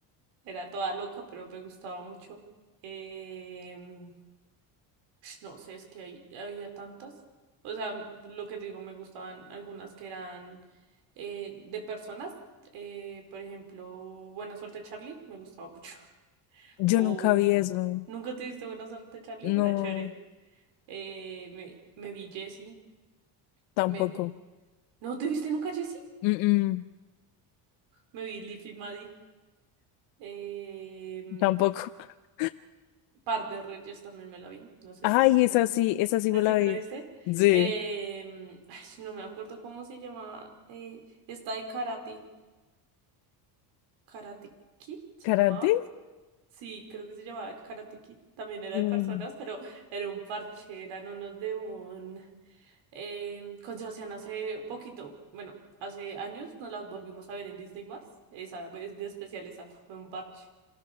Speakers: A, on the right; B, on the left.
A: Era toda loca, pero me gustaba mucho. Em, <sniffs> no sé, es que hay- había tantas. O sea, m- lo que te digo, me gustaban algunas que eran eh, de personas. Eh, por ejemplo, Buena Suerte Charlie, me gustaba mucho. <laughs>
B: Yo
A: O
B: nunca vi eso.
A: Nunca te diste Buena Suerte Charlie,
B: No,
A: era chévere. Eh, me, me vi Jessie.
B: tampoco.
A: Me vi. ¿No te viste nunca, Jessie?
B: Mm, mm,
A: Me vi Liv y Maddie. Em,
B: tampoco. <laughs>
A: Par de Reyes también me la vi. No sé
B: Ay,
A: si los quitaste.
B: esa sí, esa sí
A: sé
B: me
A: si
B: la
A: te
B: vi.
A: la viste?
B: Sí.
A: Em, ay, no me acuerdo cómo se llamaba. eh, esta de Karate. ¿Karate Kid se
B: ¿Karate?
A: llamaba? Sí, creo que se llamaba Karate Kid. También era
B: Mm,
A: de personas, pero era un parche. Eran unos de un. Eh, con Sebastián hace poquito, bueno, hace años nos las volvimos a ver en Disney más. Esa vez de especial, esa fue un parche.